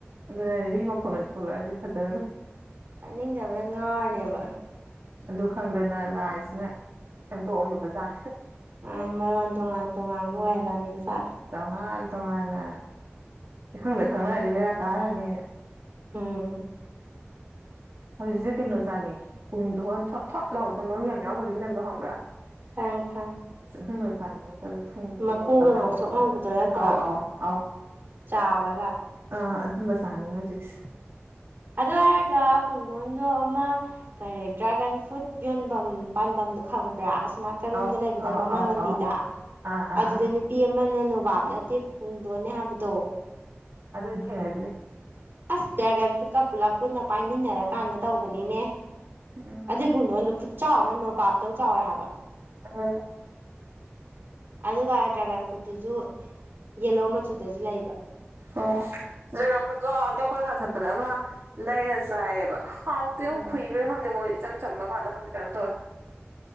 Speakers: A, on the right; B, on the right.
A: ꯑꯗꯨꯅꯗꯤ ꯃꯤ ꯃꯈꯣꯟ ꯊꯣꯛꯂꯛꯑꯗꯤ ꯐꯖꯔꯔꯣꯏ
B: ꯄꯥꯅꯤꯡꯗꯕꯗ ꯉꯥꯔꯅꯦꯕ
A: ꯑꯗꯨ ꯈꯪꯗꯅ ꯂꯥꯏꯁꯤꯅ ꯁꯦꯝꯗꯣꯛꯑꯝꯕ ꯕꯖꯥꯔꯁꯤ
B: ꯑ ꯃꯔꯣꯟ ꯇꯣꯉꯥꯟ ꯇꯣꯉꯥꯟꯕ ꯑꯣꯏꯍꯜꯂꯝꯃꯤꯗꯣ ꯆꯠꯂꯦ
A: ꯇꯣꯉꯥꯟ ꯇꯣꯉꯥꯟꯅ ꯏꯈꯪꯗ ꯈꯪꯅꯔꯗꯤ ꯕꯦꯔꯥ ꯀꯥꯔꯅꯤ
B: ꯎꯝ
A: ꯍꯧꯖꯤꯛꯁꯦ ꯀꯩꯅꯣꯖꯥꯠꯅꯤ ꯄꯨꯡꯗ ꯍꯣꯟ ꯊꯣꯠ ꯊꯣꯠ ꯂꯥꯎꯕꯗ ꯃꯔꯨ ꯌꯥꯝ ꯌꯥꯎꯗꯕꯤꯝ ꯂꯩꯕꯗꯣ ꯍꯪꯕ꯭ꯔꯥ
B: ꯊꯦꯡ ꯈꯪ
A: ꯁꯤ ꯑꯗꯨꯝ ꯃꯖꯥ ꯑꯅꯤ ꯑꯗꯨ ꯊꯨꯝꯒꯨꯝꯗ
B: ꯃꯀꯨꯒ ꯉꯧꯁꯣꯛ ꯉꯧꯕꯗꯣ ꯅꯠꯇ꯭ꯔꯣ
A: ꯑꯥꯎ ꯑꯥꯎ ꯑꯥꯎ
B: ꯆꯥꯎꯔꯒ
A: ꯑ ꯑꯗꯨꯝꯕ ꯁꯥꯥꯅꯤꯡꯉ ꯍꯧꯖꯤꯛꯁꯦ
B: ꯑꯗꯨ ꯍꯥꯏꯔꯒ ꯄꯨꯡꯗꯣꯟꯗꯣ ꯑꯃ ꯀꯔꯤꯦ ꯗ꯭ꯔꯥꯒꯟ ꯐ꯭ꯔꯨꯠ ꯌꯣꯟꯐꯝ ꯄꯥꯟꯗꯣ ꯈꯪꯕ꯭ꯔꯥ ꯑ ꯁꯅꯥ ꯀꯜꯂꯣꯝꯗ
A: ꯑꯧ
B: ꯂꯩꯕꯗꯣ
A: ꯑꯧ
B: ꯃꯃꯥꯡ
A: ꯑꯧ
B: ꯂꯝꯕꯤꯗ
A: ꯑꯧ ꯑꯥ ꯑꯥ
B: ꯑꯗꯨꯗ
A: ꯑꯥ
B: ꯅꯨ ꯅꯨꯄꯤ ꯑꯃꯅ ꯅꯣꯕꯥꯞ ꯅꯠꯇꯦ ꯈꯨꯡꯗꯣꯟꯅꯦ ꯍꯥꯏꯕꯗꯣ
A: ꯑꯗꯨ ꯏꯦꯉ ꯍꯥꯏꯗ꯭ꯔꯦ
B: ꯑꯁ ꯗ꯭ꯔꯦꯒꯟ ꯐꯨꯠꯀ ꯄꯨꯂꯞ ꯄꯨꯟꯅ ꯄꯥꯏꯃꯤꯟꯅꯔ ꯀꯥꯟꯗ ꯇꯧꯕꯅꯤꯅꯦ
A: ꯎꯝ <inaudible>
B: ꯑꯗꯨꯏꯕꯨꯨꯡ ꯂꯉꯣꯟꯗꯣ ꯈꯨꯠ ꯆꯥꯎ ꯑꯃ ꯅꯣꯕꯥꯞꯇꯧ ꯆꯥꯎꯋꯦ ꯍꯥꯏꯕ
A: ꯑꯝ <inaudible>
B: ꯑꯗꯨꯒ ꯗ꯭ꯔꯥꯒꯟ ꯐ꯭ꯔꯨꯠꯇꯨꯁꯨ ꯌꯦꯂꯣ ꯃꯆꯨꯗꯁꯨ ꯂꯩꯕ
A: ꯑꯣꯉꯛꯄꯠꯇꯣ ꯍꯟꯗꯈꯣꯏ ꯁꯥ ꯆꯠꯄꯗ ꯑꯃ ꯂꯩꯔ ꯆꯥꯏꯌꯦꯕ
B: ꯎꯝ
A: ꯀꯨꯝꯨꯏꯕ꯭ꯔ ꯈꯪꯦ ꯃꯣꯏ ꯏꯆꯝ ꯀꯥꯟꯗ ꯈꯪꯗꯦ ꯀꯩꯅꯝ ꯇꯧꯋꯦ